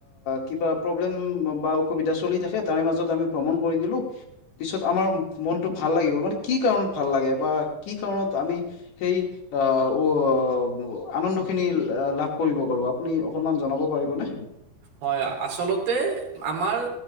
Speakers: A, on the left; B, on the right.
A: কিবা প্ৰব্লেম বা অসুবিধা চলি থাকে তাৰে মাজত আমি ভ্ৰমণ কৰি দিলো। পিছত আমাৰ মনতটো ভাল লাগিব, মানে কি কাৰণত ভাল লাগে বা কি কাৰণত আমি- সেই- আহ', উ' আনন্দ খিনি লাভ কৰিব পাৰোঁ, আপুনি অকণমান জনাব পাৰিব নে?
B: হয়, আচলতে আমাৰ